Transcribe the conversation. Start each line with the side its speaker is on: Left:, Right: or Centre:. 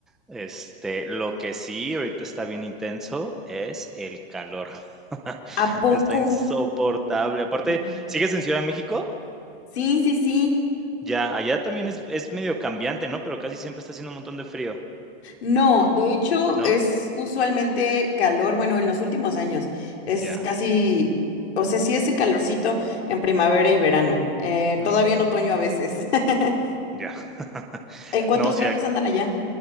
Centre: Este, lo que sí ahorita está bien intenso es el calor. <laughs>
Left: ¿A poco?
Centre: Está insoportable. Aparte,
Left: Mm.
Centre: ¿sigues en Ciudad de México?
Left: Sí, sí, sí.
Centre: Ya, allá también es es medio cambiante, ¿no? Pero casi siempre está haciendo un montón de frío,
Left: No, de hecho
Centre: ¿no?
Left: es usualmente calor, bueno, en los últimos años es
Centre: Ya.
Left: casi, o sea, sí ese calorcito en primavera y verano, eh,
Centre: Mm,
Left: todavía en otoño a veces. <laughs>
Centre: ya. <laughs>
Left: ¿En cuántos
Centre: No, o sea,
Left: grados andan allá?